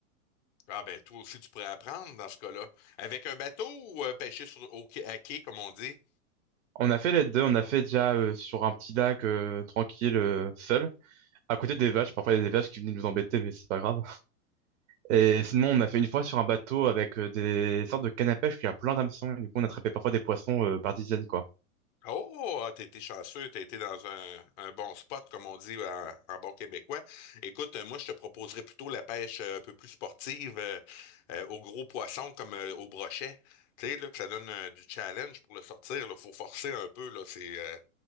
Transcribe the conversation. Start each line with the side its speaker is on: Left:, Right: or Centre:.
Left: Ah ben toi aussi tu pourrais apprendre dans ce cas-là. Avec un bateau ou euh, pêcher sur au quai- à quai, comme on dit?
Right: On a fait les deux, on a fait déjà euh, sur un petit lac euh, tranquille, euh, seul, à côté des vaches, parfois il y a des vaches qui venaient nous embêter, mais c'est pas grave. Et sinon, on a fait une fois sur un bateau avec euh, des sortes de cannes à pêche, puis il y a plein d'hameçons, et du coup, on attrapait parfois des poissons euh, par dizaines, quoi.
Left: Oh, ah, t'as été chanceux, t'as été dans un, un bon spot, comme on dit en, en bon québécois. Écoute, euh, moi, je te proposerais plutôt la pêche euh, un peu plus sportive euh, euh, aux gros poissons comme euh, au brochet. Tu sais, là, que ça donne euh, du challenge pour le sortir. Il faut forcer un peu, là. C'est euh,